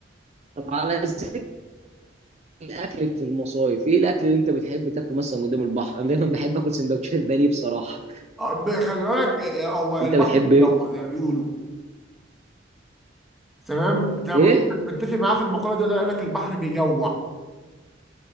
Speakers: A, on the right (about 35°); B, in the centre.
A: طب على ذكر الاكل في المصايف ايه الاكل اللي انت بتحب تاكله مثلا قدام البحر انا دايما بحب اكل سندوتشات بانيه بصراحه
B: أب- خلي بالك إيه، هو
A: انت
B: البحر
A: بتحب
B: بيجوع
A: ايه
B: زي ما بيقولوا تمام انت متفق
A: ايه
B: متفق معايا في المقوله دي ولا لا؟ يقول لك البحر بيجوع